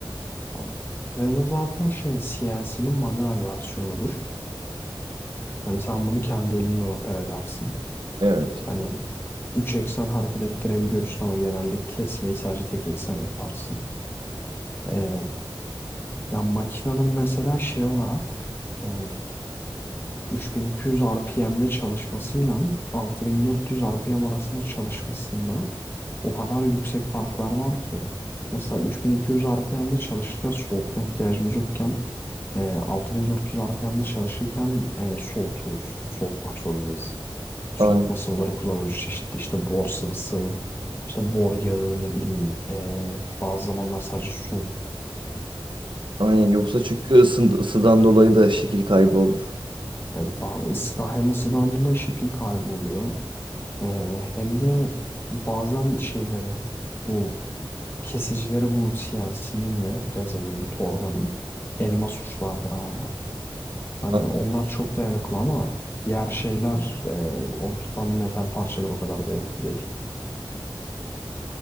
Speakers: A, on the left (about 25°); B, on the right (about 70°).
A: Abi, Freze zaten şeyin CNC'nin manuel versiyonudur. Hani sen bunu kendi elinle oper edersin.
B: Evet.
A: Hani 3 eksen hareket ettirebiliyorsun ama genelde kesmeyi sadece tek eksen yaparsın. Ee, ya makinenin mesela şey olarak ee, 3200 RPM'de çalışmasıyla 6400 RPM arasında çalışmasında o kadar yüksek farklar var ki. Mesela 3200 RPM'de çalışırken soğutma ihtiyacımız yokken ee, 6400 RPM'de çalışırken ee, soğutuyoruz. Soğutmak zorundayız. Soğutma
B: Aynen.
A: sıvıları kullanılıyor. Çeşitli işte bor sıvısı, işte bor yağı ne bileyim. ee, bazı zamanlar sadece su.
B: Aynen yoksa çünkü ısın, ısıdan dolayı da şekil kaybı olur.
A: Evet abi ısıda hem ısıdan dolayı şekil kaybı oluyor. Ee, hem de bazen şeylere bu kesicilere bu siyasinin ve frezenin, tornanın elma suçlardır abi. Hani
B: A-
A: onlar çok dayanıklı ama diğer şeyler e, onu tutan metal parçalar o kadar dayanıklı değil.